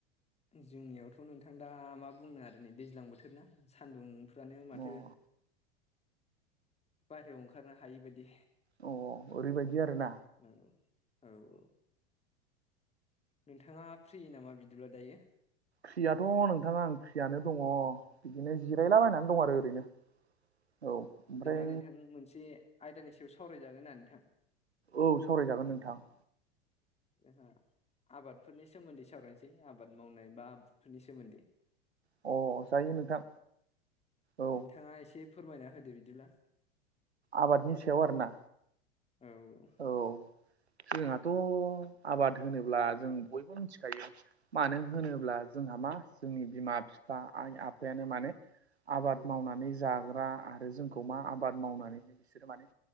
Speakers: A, on the left (about 20°); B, on the right (about 90°).
A: जोंनियावथ' नोंथां दा मा बुंनो आरो नै दैज्लां बोथोर ना सान्दुंफ्रानो
B: अ
A: माथो बाहेरायाव ओंखारनो हायि बदि
B: अ ओरैबायदि आरोना
A: औ औ औ। नोंथाङा फ्रि नामा बिदिब्ला दायो
B: फ्रियाथ' नोंथाङा आं फ्रियानो दङ बिदिनो जिरायलाबायनानै दं आरो ओरैनो। औ ओमफ्राय
A: अ बिदिब्ला नोंथां मोनसे आयदानि सायाव सावरायजागोना नोंथां?
B: औ सावरायजागोन नोंथां।
A: जोंहा आबादफोरनि सोमोन्दै सावरायनोसै आबाद मावनाय बा आबादफोरनि सोमोन्दै अ
B: अ जायो नोंथां। औ
A: नोंथाङा एसे फोरमायना होदो बिदिब्ला‌ ओम
B: आबादनि सायाव आरो ना
A: औ औ
B: औ जोंहाथ' आबाद होनोब्ला जों बयबो मिथिखायो। मानो होनोब्ला जोंहा मा जोंनि बिमा बिफा आइ आफायानो मानोे। आबाद मावनानै जाग्रा आरो जोंखौ मा आबाद मावनानैनो बिसोरो मानो